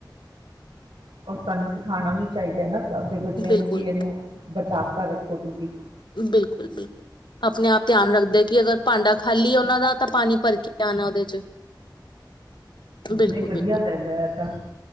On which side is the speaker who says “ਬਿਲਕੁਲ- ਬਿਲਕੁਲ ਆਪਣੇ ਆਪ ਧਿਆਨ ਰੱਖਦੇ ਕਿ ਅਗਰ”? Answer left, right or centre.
Left